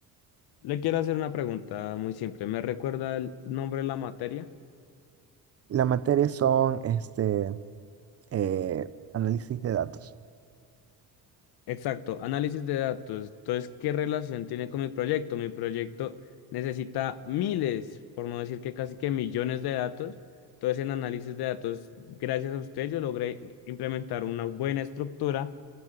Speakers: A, on the left (about 80°); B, on the right (about 40°).
A: le quiero hacer una pregunta muy simple. ¿Me recuerda el nombre de la materia?
B: la materia son este, eh, análisis de datos.
A: Exacto, análisis de datos. Entonces, ¿qué relación tiene con mi proyecto? Mi proyecto necesita miles, por no decir que casi que millones de datos. Entonces, en análisis de datos, gracias a usted, yo logré implementar una buena estructura